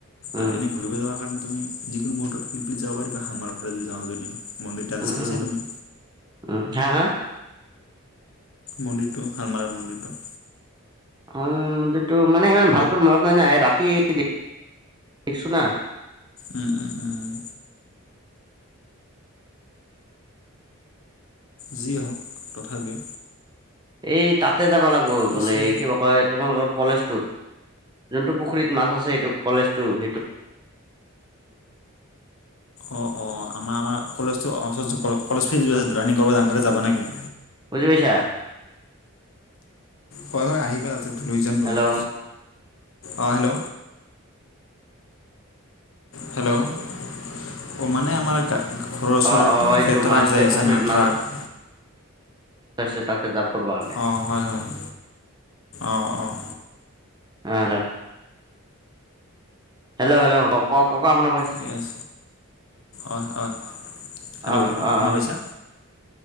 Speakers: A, on the right; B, on the left.
A: উম
B: আৰু এনে ঘূৰিব যাব কাৰণে তুমি যিকোনো মটৰ শিলপিত যাব পাৰিবা, সামাৰ ফালে যদি যাওঁ যদি। মন্দিৰতা
A: উম
B: যে চাইছা
A: উম
B: তুমি।
A: উম', হা', হা'?
B: মন্দিৰটো হালমাৰৰ মন্দিৰটো।
A: উম, মন্দিৰটো মানে সিমান ভালকৈ মনত নাই না, ৰাতি দেখিছো না।
B: উম' উম' উম'। যি হওক তথাপিও।
A: এই তাতে যাব লাগব
B: পিছে
A: গ'লে কিবা কয় তোমালোকৰ কলেজটোত। যোনটো পুখুৰীত মাছ আছে, এইটো কলেজটো সেইটো।
B: অঁ', অ', আমাৰ আমাৰ কলেজটো অচত কলেজ ফিল্ড যোৱা যে ৰানিং কৰিব যাওঁ তাতে যাবা নেকি?
A: বুজি পাইছা?
B: হয়', হয়', আহিবা তাতে লৈ যাম তোমাক,
A: হেল্ল'
B: অঁ', হেল্ল'। হেল্ল', <unintelligible> অ', মানে আমাৰ ঘৰৰ ওচৰে
A: অ অ
B: ট্ৰাক
A: এইটো
B: যায় ট্ৰাক
A: মাছতে
B: যাই আছে
A: পুখুৰীত
B: না
A: মাছ
B: ট্ৰাক।
A: আছে তাতে যাপৰ পৰা নাই।
B: অঁ', হয়', হয়', অঁ', অঁ'।
A: অ', হেল্ল'। <unintelligible> হেল্, ' হেল্ল, কওক। ক', ককা শুনা পাইছো,
B: য়েছ অঁ অঁ হেল্ল'
A: অ',
B: হেল্ল'
A: অ',
B: শুনা
A: অ'।
B: পাইছা?